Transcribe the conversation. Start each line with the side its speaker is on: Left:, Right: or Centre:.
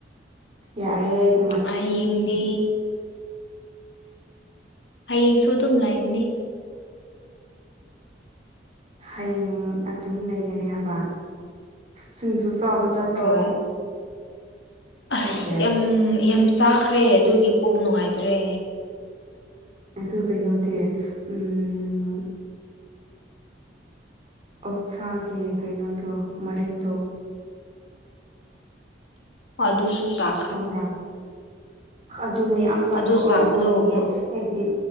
Right: ꯌꯥꯔꯦ ꯑꯩꯗꯤ
Left: ꯍꯌꯦꯡꯗꯤ ꯍꯌꯦꯡꯁꯨ ꯑꯗꯨꯝ ꯂꯩꯒꯅꯤ
Right: ꯍꯌꯦꯡ ꯑꯗꯨꯝ ꯂꯩꯒꯅꯤ ꯍꯥꯏꯕ ꯁꯤꯡꯖꯨ ꯆꯥꯕ ꯆꯠꯇ꯭ꯔꯣ
Left: ꯍꯣꯏ ꯑꯁ
Right: ꯀꯩꯀꯩ
Left: ꯌꯥꯝ ꯌꯥꯝ ꯆꯥꯈ꯭ꯔꯦ ꯑꯗꯨꯒꯤ ꯄꯨꯛ ꯅꯨꯡꯉꯥꯏꯇ꯭ꯔꯦ
Right: ꯑꯗꯨ ꯀꯩꯅꯣꯗꯤ ꯎꯝ ꯑꯣꯛꯁꯥꯒꯤ ꯀꯩꯅꯣꯗꯣ ꯃꯔꯤꯟꯗꯣ
Left: ꯑꯗꯨꯁꯨ ꯆꯥ
Right: ꯈꯪꯕ꯭ꯔ ꯑꯗꯨ ꯃꯌꯥꯝ ꯆꯥꯊꯣꯛꯑꯣ
Left: ꯑꯗꯨ ꯆꯥꯕꯗꯣ
Right: ꯏꯕꯥꯅꯤꯒꯤ
Left: ꯃꯨ
Right: ꯑꯩꯒꯤ